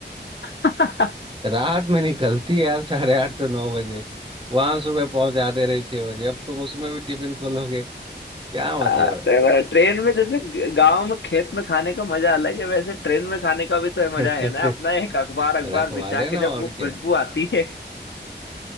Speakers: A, on the left; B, on the right.
A: <laughs>
B: रात में निकलती है यार साढ़े आठ से नौ बजे वहां सुबह पहुंचाते रहे छह बजे अब तुम उसमें भी टिफिन खोलोगे क्या मतलब
A: आ, तो ट्रेन में जैसे गांव में खेत में खाने का मजा अलग है वैसे ट्रेन में खाने का भी तो मजा
B: है
A: है ना अपना
B: <laughs>
A: एक अखबार अखबार
B: रखवा
A: बिछा
B: लेना
A: के जब
B: और
A: वो
B: क्या
A: खुशबू आती है